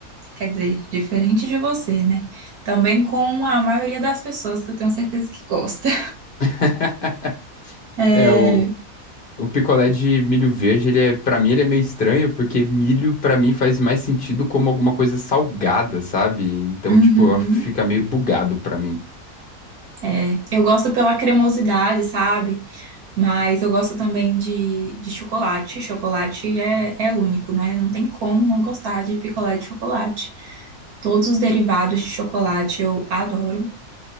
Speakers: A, on the right; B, on the left.
A: Quer dizer, diferente de você, né? Também com a maioria das pessoas que eu tenho certeza que gosta.
B: <laughs>
A: <laughs>
B: É, o, o picolé de milho verde, ele é, para mim, ele é meio estranho, porque milho, pra mim, faz mais sentido como alguma coisa salgada, sabe? Então,
A: Uhum.
B: tipo, fica meio bugado pra mim.
A: É, eu gosto pela cremosidade, sabe? Mas eu gosto também de, de chocolate. Chocolate é, é único, né? Não tem como não gostar de picolé de chocolate. Todos os derivados de chocolate eu adoro.